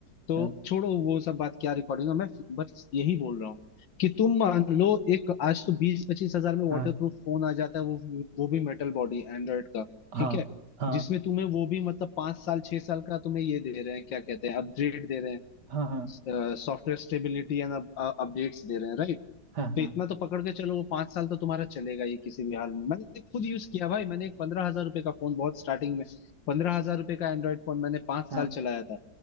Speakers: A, on the left; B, on the right.
A: तो
B: हाँ
A: छोड़ो वो सब बात क्या रिकॉर्डिंग है मैं बस यही बोल रहा हूँ कि तुम मान लो एक आज तो बीस पच्चीस हजार में वाटर
B: हाँ
A: प्रूफ फोन आ जाता है वो वो भी मेटल बॉडी एंड्रॉइड का
B: हाँ
A: ठीक है
B: हाँ
A: जिसमें तुम्हें वो भी मतलब पांच साल छह साल का तुम्हें ये दे रहे हैं क्या कहते हैं अपग्रेड दे रहे हैं
B: हाँ हाँ
A: सॉफ्टवेयर स्टेबिलिटी एंड अपडेट्स दे रहे हैं right?
B: हाँ हाँ
A: तो इतना तो पकड़ के चलो वो पांच साल तो तुम्हारा चलेगा ये किसी भी हाल में मैंने खुद यूज किया भाई मैंने एक पंद्रह हजार रुपए का फोन बहुत स्टार्टिंग में पंद्रह हजार रुपए का एंड्रॉइड फोन मैंने पांच
B: हाँ,
A: साल चलाया था